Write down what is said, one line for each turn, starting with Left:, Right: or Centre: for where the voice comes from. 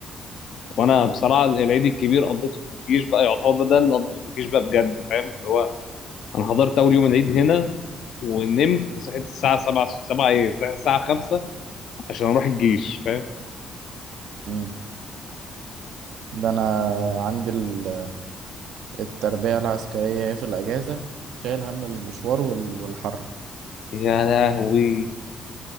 Left: وانا بصراحه العيد الكبير قضيته في الجيش بقى يعتبر ده اللي قضيته في الجيش بقى بجد فاهم اللي هو انا حضرت اول يوم العيد هنا ونمت صحيت الساعه 7 7 ايه صحيت الساعه 5 عشان اروح الجيش فاهم
Right: مم. ده أنا عندي ال- التربية العسكرية هي في الأجازة شايل هم المشوار وال- والحر
Left: يا لهوي